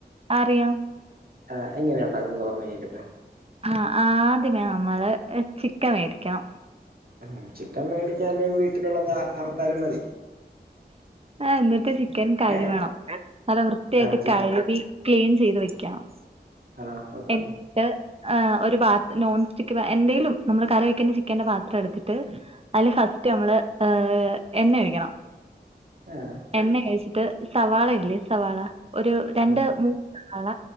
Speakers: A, on the right (about 35°); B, on the right (about 60°).
A: അറിയാം
B: ആഹ് എങ്ങനെ ഉണ്ടാക്കുന്നേന്ന് പറഞ്ഞ കേക്കട്ടെ
A: ആഹ് ആദ്യമേ നമ്മള് ചിക്കൻ വേടിക്കണം
B: ഉം ചിക്കൻ മേടിക്കാ അല്ലേ വീട്ടിലുള്ളത് അറ്ത്താലും മതി
A: ആഹ് എന്നിട്ട് ചിക്കൻ കാഴുവണം
B: ഏഹ്
A: നല്ല വൃത്തിയായിട്ട്
B: ആഹ് ചിക്കൻ
A: കഴ്കി ക്ലീൻ ചെയ്ത് വെക്കണം
B: ആഹ് ഓക്കെ
A: എന്നിട്ട് ഒരു പാ നോൺ സ്റ്റിക്ക് എന്തേലും നമ്മള് കറി വെക്ക്ന്ന ചിക്കന്റെ പാത്രം എട്ത്തിട്ട് ഉം അയില് ഫസ്റ്റ് നമ്മള് ഏ എണ്ണ ഒഴിക്കണം
B: ആഹ്
A: എണ്ണ ഓഴിച്ചിട്ട് സവാള ഇല്ലേ സവാള ഒരു രണ്ട്
B: ആഹ്
A: മൂ സവാള